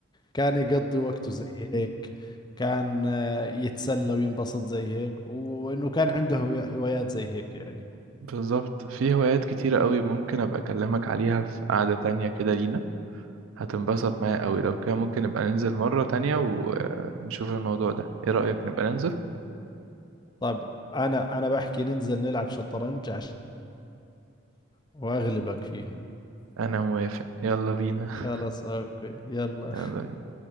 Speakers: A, on the left (about 20°); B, on the right (about 85°).
A: كان يقضي وقته زي هيك كان آه، يتسلى وينبسط زي هيك وانه كان عنده هو- هوايات زي هيك يعني
B: بالظبط في هوايات كتيرة قوي ممكن ابقى اكلمك عليها في قعدة تانية كده لينا هتنبسط معايا قوي لو كده ممكن نبقى ننزل مرة تانية ونشوف الموضوع ده ايه رأيك نبقى ننزل
A: طب انا انا بحكي ننزل نلعب شطرنج عش واغلبك فيها
B: انا موافق يلا بينا
A: خلاص اوكي يلا
B: يلا